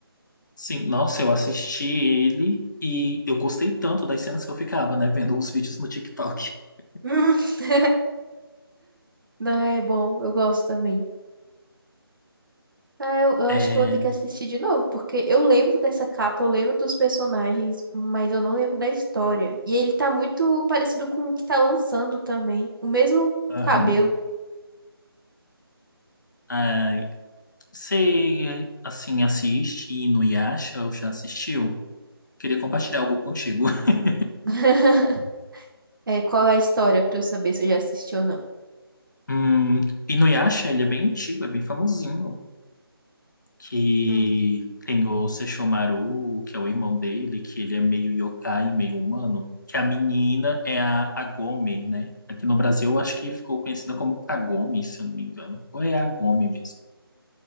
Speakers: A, on the left; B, on the right.
A: Sim, nossa, eu assisti ele e eu gostei tanto das cenas que eu ficava, né, vendo os vídeos no TikTok. <laughs>
B: <laughs> Ah, é bom. Eu gosto também. Ah, eu, eu acho
A: É,
B: que eu vou ter que assistir de novo, porque eu lembro dessa capa, eu lembro dos personagens, mas eu não lembro da história. E ele tá muito parecido com o que tá lançando também. O mesmo
A: aham.
B: cabelo.
A: Ai, você, assim, assiste Inuyasha ou já assistiu? Queria compartilhar algo contigo. <laughs>
B: <laughs> É, qual é a história pra eu saber se eu já assisti ou não?
A: Hum, Inuyasha, ele é bem antigo, é bem famosinho. que
B: Hum,
A: tem o Sesshomaru, que é o irmão dele, que ele é meio yokai, meio humano, que a menina é a Agome, né? Aqui no Brasil, eu acho que ficou conhecida como Kagome, se eu não me engano. Ou é Agome mesmo.